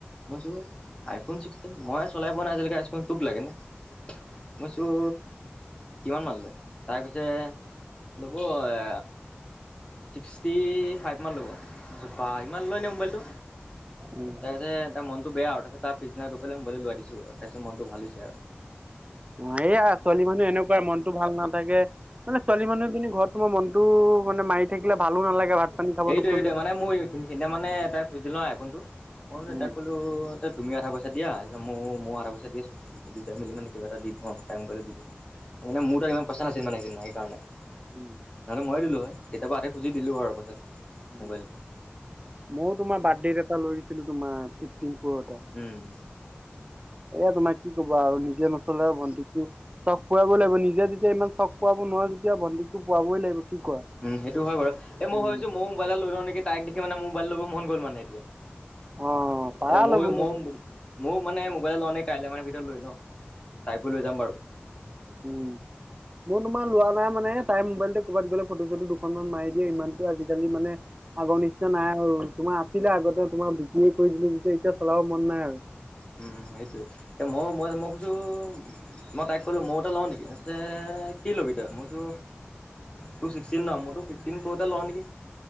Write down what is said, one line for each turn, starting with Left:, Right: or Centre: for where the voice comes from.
Left: মইছোঁ আইফোন ছিক্সটিন ময়ে চলাই পোৱা নাই আজিলৈকে আইফোন টুক লাগেনে মইছোঁ কিমান মান লয় তাই কৈছে লব এ ছিক্সটি ফাইভমান ল'ব মই কৈছোঁ বা ইমান লয়নে মোবাইলটো
Right: উম
Left: তাৰ পিছতে তাৰ মনত বেয়া আৰু তাৰ পিছদিনা গৈ পেলাই মোবাইলটো লৈ দিছো আৰু তাৰপিছত মনটো ভাল হৈছে
Right: অ এইয়া ছোৱালী মানুহ এনেকুৱাই মনটো ভাল নাথাকে মানে ছোৱালী মানুহখিনি ঘৰতো মনটো মানে মাৰি থাকিলে ভালো নালাগে ভাত পানী খাব
Left: সেইটো
Right: নোখোজে।
Left: সেইটো মানে মই সেইদিনা মানে তাইক খুজিলো বা আইফোনটো মই
Right: উম
Left: তাক কলো তুমি আধাপইচা দিয়া মই আধা পইচা দি আছো দুটাই মেলি মানে কিবা এটা দি থম টাইম পালে দিবা। মানে মোৰ তাত ইমান পইচা নাছিল সেইদিনা সেইকাৰনে নহলে
Right: উম
Left: ময়ে দিলো হয় কেতিয়াবা আ খুজি দিলো আৰু পইচাটো
Right: উম
Left: মোবাইলটো
Right: ময়ো তোমাৰ বাৰ্থডেট এটা লৈ দিছিলো তোমাৰ ফিফটিন প্ৰ এটা।
Left: উম
Right: এয়া তোমাৰ কি কবা আৰু নিজে নচলাই আৰু ভন্টিক দি চখ পোৰাব লাগিব নিজে যেতিয়া ইমান চখ পোৰাব নোৱাৰো তেতিয়া ভণ্টিকটো পোৰাবই লাগিব কি কোৱা
Left: উম, সেইটো হয় বাৰু এ, মই
Right: উম।
Left: ভাবিছো মইও মোবাইল এটা লৈ লওঁ নেকি তাইক দেখি মানে মোৰ মোবাইল ল'ব মন গল মানে এতিয়া।
Right: অ' পাৰা
Left: এতিয়া ম
Right: ল'বলৈ
Left: মইও মোৰ মানে মোবাইল লওঁনে কাইলৈ মানে ভিতৰত লৈ লওঁ তাইকো লৈ যাম বাৰু
Right: ওম মোৰ তোমাৰ লোৱা নাই মানে তাইৰ মোবাইলতে ক'ৰবাত গ'লে ফটো চটো দুখন মান মাৰি দিয়ে ইমানটো আজিকালি মানে আগৰ নিচিনা নাই আৰু তোমাৰ আছিলে আগতে তোমাৰ বিক্ৰীে কৰি দিলো যেতিয়া এতিয়া চলাব মন নাই আৰু
Left: উম সেইটোৱে এতিয়া মই মই মই কৈছো মই তাইক ক'লোঁ ময়ো এটা লওঁ নেকি কৈছে কি ল'বি তই মই কৈছো তোৰ ছিক্সটিন ন মোৰটো ফিফটিন প্ৰ' এটা লওঁ নেকি